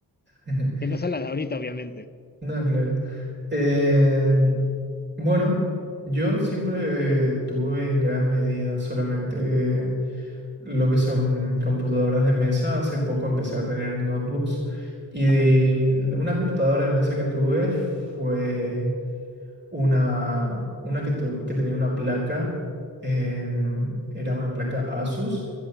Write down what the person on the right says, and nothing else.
<laughs>
No, claro. Eh, bueno, yo siempre tuve en gran medida solamente lo que son computadoras de mesa. Hace poco empecé a tener notebooks y
una computadora de mesa que tuve fue una, una que, tu- que tenía una placa, em, era una placa Asus.